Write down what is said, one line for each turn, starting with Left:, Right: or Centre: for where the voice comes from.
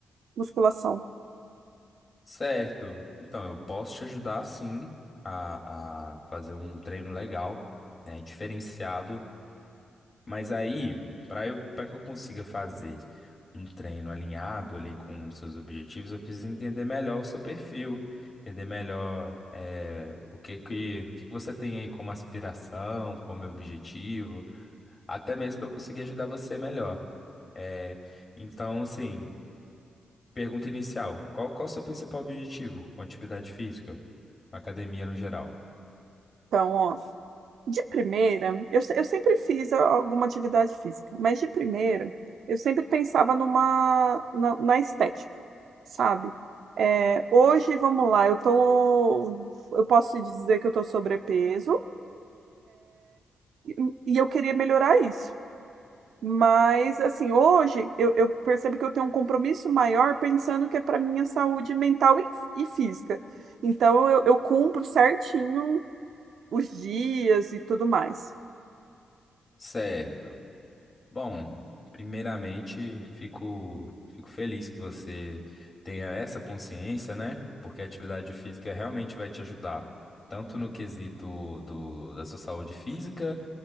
Right: musculação.
Left: Certo, então eu posso te ajudar sim a, a fazer um treino legal, né, diferenciado Mas aí, para eu, para que eu consiga fazer um treino alinhado ali com os seus objetivos, eu preciso entender melhor o seu perfil, entender melhor eh, o que que, o que que você tem aí como aspiração, como objetivo, até mesmo para eu conseguir ajudar você melhor. Eh, então, assim, pergunta inicial: qual, qual o seu principal objetivo com atividade física, academia no geral?
Right: Então, ó, de primeira, eu, se- eu sempre fiz a- alguma atividade física, mas de primeira, eu sempre pensava numa, na na estética. sabe? É, hoje, vamos lá, eu tô, eu posso dizer que eu tô sobrepeso e, e eu queria melhorar isso. Mas, assim, hoje eu, eu percebo que eu tenho um compromisso maior pensando que é para minha saúde mental e, e física. Então, eu, eu cumpro certinho os dias e tudo mais,
Left: Certo. Bom, primeiramente, fico, fico feliz que você tenha essa consciência, né? Porque a atividade física realmente vai te ajudar, tanto no quesito do, da sua saúde física,